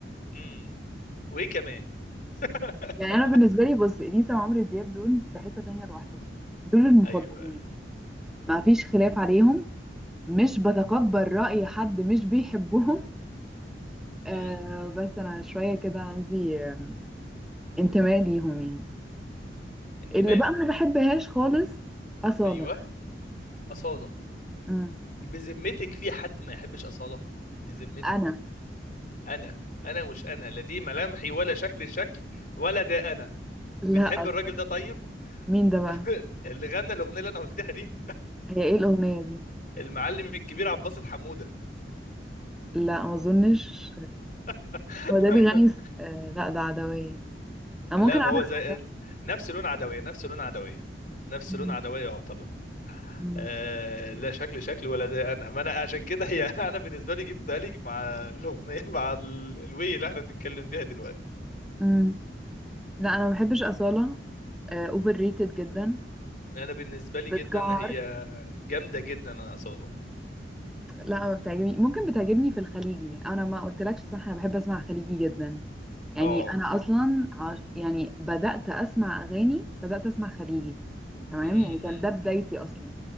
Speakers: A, on the left; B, in the centre.
A: مم. وايه كمان <laughs>
B: يعني انا بالنسبة لي بص اليسا وعمرو دياب دول في حتة تانية لوحدهم دول المفضلين
A: ايوه أيوة.
B: ما فيش خلاف عليهم مش بتقبل رأي حد مش بيحبهم <laughs> آه
A: مم.
B: بس انا شوية كده عندي آم، انتماء ليهم يعني
A: انتماء
B: اللي بقى ما بحبهاش خالص أصالة
A: ايوه اصاله
B: مم.
A: بذمتك في حد ما يحبش اصاله بذمتك
B: انا
A: انا انا مش انا لا دي ملامحي ولا شكل الشكل ولا ده انا
B: لا
A: بتحب
B: أصالة
A: الراجل ده طيب
B: مين ده بقى
A: <laughs> اللي غنى الاغنيه اللي انا قلتها دي
B: هي ايه الأغنية دي
A: المعلم الكبير عباس حموده
B: لا ما اظنش
A: <laughs>
B: هو ده بيغني س- آه لا ده عدوية أنا
A: لا
B: ممكن
A: ما
B: أعرف
A: هو زي
B: حاجات
A: نفس لون عدوية نفس لون عدوية نفس
B: مم.
A: لون عدوية يعتبر
B: مم.
A: آه لا شكل شكل ولا ده انا ما انا عشان كده هي <laughs> انا بالنسبة لي جبتها لك مع الاغنية <laughs> مع ال- الوي اللي احنا بنتكلم بيها دلوقتي
B: مم. لا أنا ما بحبش أصالة أوفر ريتد جدا
A: انا بالنسبة لي جدا
B: بتجعر
A: هي جامدة جدا انا اصلا
B: لا ما بتعجبني ممكن بتعجبني في الخليجي أنا ما قلتلكش صح أنا بحب أسمع خليجي جدا يعني
A: اه
B: أنا أصلا عش... يعني بدأت أسمع أغاني بدأت أسمع خليجي تمام
A: أمم،
B: يعني كان ده بدايتي أصلا